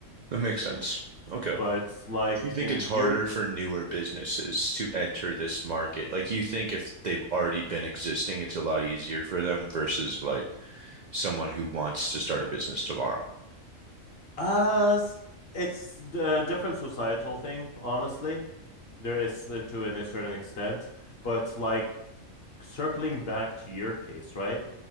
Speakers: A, on the right; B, on the left.
A: That makes
B: So,
A: sense. Okay.
B: but like
A: Do you think
B: in
A: it's harder
B: your
A: for newer businesses to enter this market? Like, you think if they've already been existing, it's a lot easier for them versus like someone who wants to start a business tomorrow?
B: uh, it's a different societal thing, honestly. There is uh, to a certain extent, but like circling back to your case, right?